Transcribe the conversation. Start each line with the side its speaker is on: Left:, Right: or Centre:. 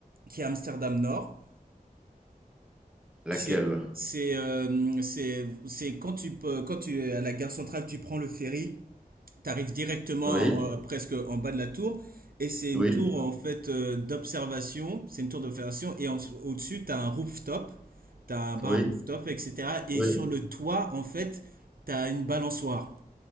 Right: qui est à Amsterdam Nord.
Centre: Laquelle?
Right: C'est c'est euh, c'est c'est quand tu peux- quand tu es à la gare centrale, tu prends le ferry, tu arrives directement
Centre: Oui,
Right: euh, presque en bas de la tour. Et c'est une
Centre: oui,
Right: tour en fait euh, d'observation. C'est une tour d'observation et en- au-dessus tu as un rooftop, t'as un bar
Centre: oui,
Right: rooftop, etc. Et
Centre: oui.
Right: sur le toit en fait, t'as une balançoire.